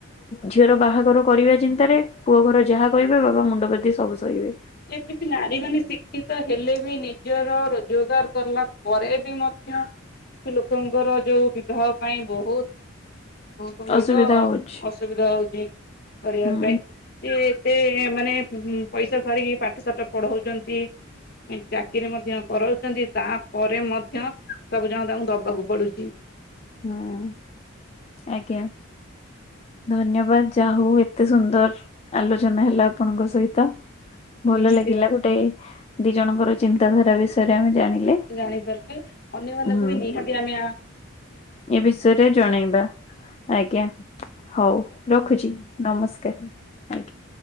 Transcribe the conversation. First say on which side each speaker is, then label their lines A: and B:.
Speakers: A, on the left; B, on the left.
A: ଝିଅର ବାହାଘର କରିବା ଚିନ୍ତାରେ ପୁଅ ଘର ଯାହା କହିବେ ବାବା ମୁଣ୍ଡ ପାତି ସବୁ ସହିବେ।
B: ଏବେ ବି ନାରୀମାନେ ଶିକ୍ଷିତ ହେଲେ ବି ନିଜର ରୋଜଗାର କଲା ପରେ ବି ମଧ୍ୟ ସେ ଲୋକଙ୍କର ଯୋଉ ବିବାହ ପାଇଁ ବହୁତ କଣ କହିଲ
A: ଅସୁବିଧା ହଉଛି
B: ଅସୁବିଧା ହଉଛି କରିବା
A: ହୁଁ
B: ପାଇଁ। ସେ ଏତେ ମାନେ ପଇସା ସାରିକି ପାଠ ସାଠ ପଢ଼ଉଚନ୍ତି। ଇ ଚାକିରି ମଧ୍ୟ କରାଉଚନ୍ତି ତାପରେ ମଧ୍ୟ ସବୁଜାକ ତାଙ୍କୁ ଦବାକୁ ପଡ଼ୁଚି।
A: ହୁଁ ଆଜ୍ଞା। ଧନ୍ୟବାଦ ଯାହାହଉ ଏତେ ସୁନ୍ଦର ଆଲୋଚନା ହେଲା ଆପଣଙ୍କ ସହିତ। ଭଲ
B: ନିହାତି
A: ଲାଗିଲା
B: ଭାବେ
A: ଗୋଟେ ଦିଜଣଙ୍କର ଚିନ୍ତାଧାରା ବିଷୟରେ ଆମେ ଜାଣିଲେ।
B: ଜାଣିପାରିଲେ ଅନ୍ୟମାନାନଙ୍କୁ
A: ହୁଁ
B: ବି ନିହାତି ଆମେ ଆ
A: ଏ ବିଷୟରେ ଜଣେଇବା। ଆଜ୍ଞା ହଉ ରଖୁଛି ନମସ୍କାର ଆଜ୍ଞା।